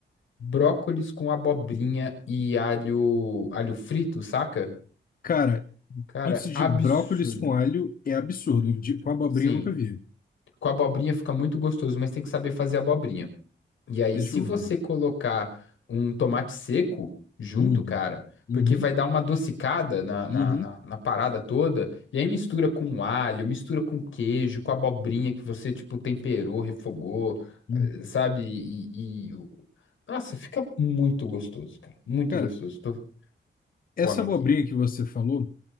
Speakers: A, on the left; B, on the left.
A: Brócolis com abobrinha e alho, alho frito, saca?
B: Cara,
A: Cara,
B: pizza de
A: absurdo.
B: brócolis com alho é absurdo. De, com abobrinha
A: Sim.
B: eu nunca vi.
A: Com abobrinha fica muito gostoso, mas tem que saber fazer abobrinha. E aí,
B: É
A: se
B: tipo,
A: você
B: Uhum.
A: colocar um tomate seco junto,
B: Uhum.
A: cara,
B: Uhum.
A: porque vai dar uma adocicada na, na,
B: Uhum.
A: na, na parada toda, e aí mistura com alho, mistura com queijo, com abobrinha que você, tipo, temperou, refogou,
B: Uhum.
A: eh, sabe? E, e- Nossa, fica muito gostoso, cara. Muito
B: cara,
A: gostoso. Tô com fome
B: essa
A: aqui.
B: abobrinha que você falou,